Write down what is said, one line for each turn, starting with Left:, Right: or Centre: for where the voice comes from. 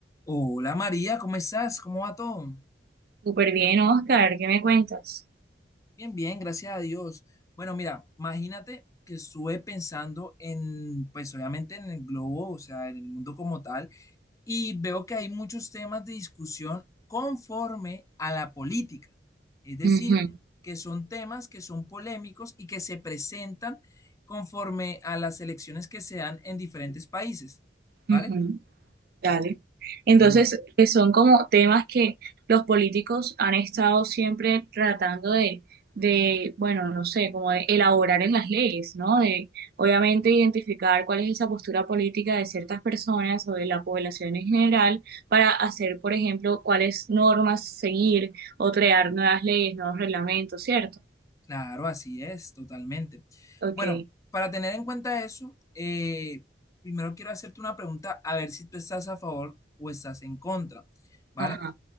Left: Hola María, ¿cómo estás? ¿Cómo va todo?
Right: Súper bien, Oscar, ¿qué me cuentas?
Left: Bien, bien, gracias a Dios. Bueno, mira, imagínate que estuve pensando en, pues obviamente en el globo, o sea, en el mundo como tal, y veo que hay muchos temas de discusión conforme a la política. Es decir,
Right: Ujú,
Left: que son temas que son polémicos y que se presentan conforme a las elecciones que se dan en diferentes países, ¿vale?
Right: ujú, dale. Entonces,
Left: Bueno.
Right: que son como temas que los políticos han estado siempre tratando de, de, bueno, no sé, como de elaborar en las leyes, ¿no? De, obviamente, identificar cuál es esa postura política de ciertas personas o de la población en general para hacer, por ejemplo, cuáles normas seguir o crear nuevas leyes, nuevos reglamentos, ¿cierto?
Left: Claro, así es, totalmente.
Right: Ok,
Left: Bueno, para tener en cuenta eso, eh, primero quiero hacerte una pregunta a ver si tú estás a favor o estás en contra, ¿vale?
Right: ajá.